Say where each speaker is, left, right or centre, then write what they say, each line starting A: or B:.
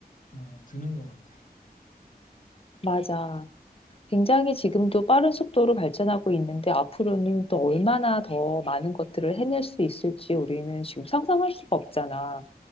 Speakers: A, on the left; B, on the left.
A: 어, 드는 것 같아.
B: 맞아. 굉장히 지금도 빠른 속도로 발전하고 있는데 앞으로는 또 얼마나 더 많은 것들을 해낼 수 있을지 우리는 지금 상상할 수가 없잖아.